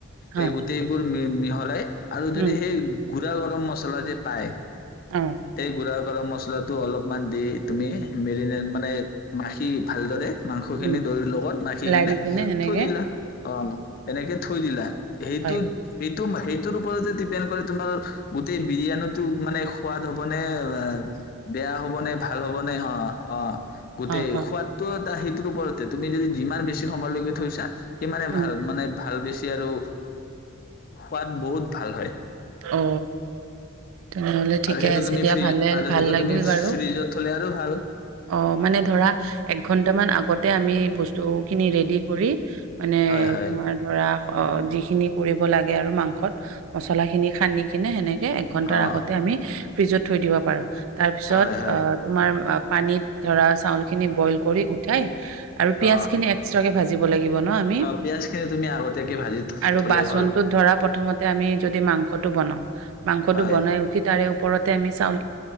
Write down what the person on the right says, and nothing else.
হা,
উম,
অ',
উম,
লাৰি কিনে সেনেকে
হয়।
অ', অ',
উম।
অ, তেনেহ'লে ঠিকে
আছে
দিয়া
ভালে
ভাল
লাগিল
বাৰু।
অ, মানে ধৰা এক ঘন্টামান আগতে আমি বস্তুখিনি ৰেডি কৰি মানে
তোমাৰ ধৰা, অ, যি ইখিনি কৰিব লাগে আৰু মাংসত মছলা খিনি খানি কেনে সেনেকে এই এক ঘণ্টাৰ
আগতে আমি ফ্ৰিজত থৈ দিব পাৰো। তাৰ পিছত,
অ, তোমাৰ পানীত ধৰা চাউলখিনি বইল কৰি উঠাই আৰু পিয়াজ
খিনি এক্সট্ৰা কে ভাজিব লাগিব ন আমি,
আৰু
বাচনটোত
ধৰা প্ৰথমতে আমি যদি মাং ঘৰতো বনাওঁ মাংসটো
বনাই উঠি তাৰে পৰতে আমি চাউল